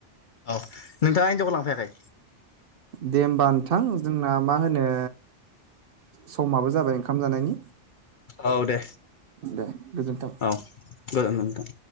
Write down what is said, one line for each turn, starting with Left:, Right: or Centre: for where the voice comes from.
Left: औ नोंथाङा हिनजावखौ लांफैयाखै?
Right: दे हबा नोंथां जोंना मा होनो समाबो जाबाय ओंखाम जानायनि
Left: औ दे
Right: दे गोजोन्थों
Left: औ गोजोनथों नोंथां।